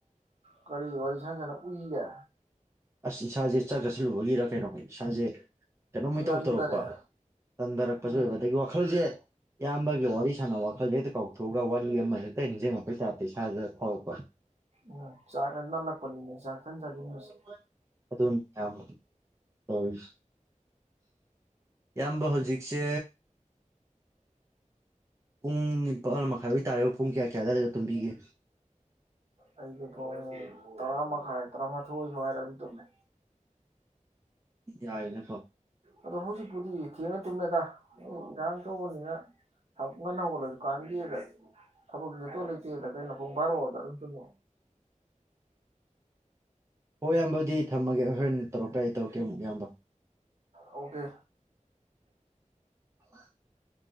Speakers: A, on the right; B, on the right.
A: ꯀꯔꯤ ꯋꯥꯔꯤ ꯁꯥꯅꯔꯥ ꯎꯏꯔꯦ
B: ꯑꯁ ꯏꯁꯥꯁꯦ ꯆꯥꯛ ꯆꯠꯁꯤꯜꯂꯨꯕꯒꯤꯔ ꯀꯩꯅꯣ ꯏꯁꯥꯁꯦ ꯀꯩꯅꯣꯝ ꯏꯇꯧ
A: ꯅꯟꯗꯔꯦ
B: ꯇꯧꯔꯛꯄ ꯇꯟꯊꯔꯛꯄꯁꯨ
A: ꯎꯝ
B: ꯑꯣꯏꯕ ꯑꯗꯒꯤ ꯋꯥꯈꯜꯁꯦ ꯏꯌꯥꯝꯕꯒ ꯋꯥꯔꯤ ꯁꯥꯟꯅꯕ ꯋꯥꯈꯜꯁꯦ ꯍꯦꯛꯇ ꯀꯥꯎꯊꯣꯛꯑꯒ ꯋꯥꯔꯤ ꯑꯃ ꯍꯦꯛꯇ ꯅꯤꯡꯖꯪꯉꯛꯄꯩ ꯇꯥꯏꯞꯇ ꯏꯁꯥꯖꯦ ꯐꯥꯎꯔꯛꯄ
A: ꯎꯝ ꯆꯥꯛꯅ ꯅꯜꯂꯛꯄꯅꯤꯅꯦ ꯆꯥꯛ
B: <unintelligible>
A: ꯇꯟ ꯆꯥꯁꯤꯟꯕꯁꯦ
B: <unintelligible> ꯏꯌꯥꯝꯕ ꯍꯧꯖꯤꯛꯁꯦ ꯄꯨꯡ ꯅꯤꯄꯥꯜ ꯃꯈꯥꯏ <unintelligible> ꯇꯥꯔꯦ ꯄꯨꯡ ꯀꯌꯥ ꯀꯌꯥ ꯑꯗꯥꯏꯗ ꯇꯨꯝꯕꯤꯒꯦ
A: ꯑꯩꯗꯤ ꯄꯨꯡ ꯇꯔꯥ ꯃꯈꯥꯏ ꯇꯥꯔꯥꯃꯥꯊꯣꯏ ꯁꯨꯋꯥꯏꯗ ꯑꯗꯨꯝ ꯇꯨꯝꯃꯦ
B: ꯌꯥꯏꯅꯦꯀꯣ
A: ꯑꯗꯣ ꯍꯧꯖꯤꯛꯄꯨꯗꯤ ꯊꯦꯡꯅ ꯇꯨꯝꯃꯦꯗ ꯏꯔꯥꯡ ꯇꯧꯕꯅꯤꯅ ꯊꯕꯛ ꯉꯟꯅ ꯍꯧꯒꯠꯂꯁꯨ ꯀꯥꯟꯗꯦꯗ ꯊꯕꯛꯁꯨ ꯆꯠꯇꯧ ꯂꯩꯇꯦꯗ ꯀꯩꯅꯣ ꯄꯨꯡ ꯕꯥꯔꯣꯗ ꯑꯗꯨꯝ ꯇꯨꯝꯃꯦ
B: ꯍꯣꯏ ꯏꯌꯥꯝꯕ ꯑꯗꯨꯗꯤ ꯊꯝꯃꯒꯦ ꯑꯩ ꯍꯣꯔꯦꯟ ꯇꯧꯔꯛꯄ ꯌꯥꯏ ꯇꯧꯔꯛꯀꯦ ꯑꯃꯨꯛ ꯏꯌꯥꯝꯕ
A: ꯑꯣꯀꯦ
B: <unintelligible>